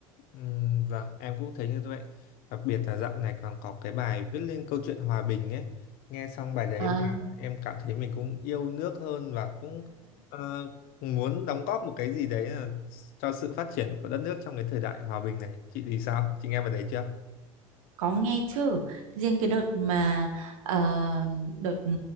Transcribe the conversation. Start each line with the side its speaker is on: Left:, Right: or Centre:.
Left: Ừm, vâng, em cũng thấy như vậy. Đặc biệt là dạo này còn có cái bài viết lên câu chuyện hòa bình ấy. Nghe xong bài đấy
Right: À.
Left: mà em cảm thấy mình cũng yêu nước hơn và cũng ờ, muốn đóng góp một cái gì đấy là cho sự phát triển của đất nước trong cái thời đại hòa bình này. Chị thì sao? Chị nghe bài đấy chưa?
Right: Có nghe chứ, riêng cái đợt mà ờ, đợt ừ,